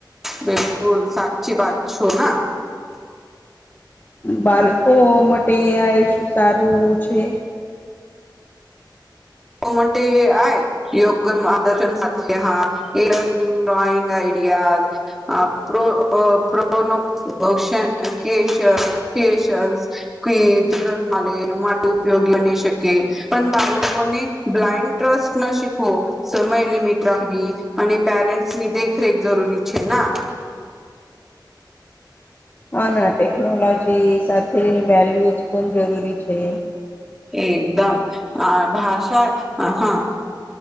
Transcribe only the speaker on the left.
બાળકો માટે આ સારું છે.
હા, ના ટેકનોલોજી સાથે વેલ્યુઝ પણ જરૂરી છે.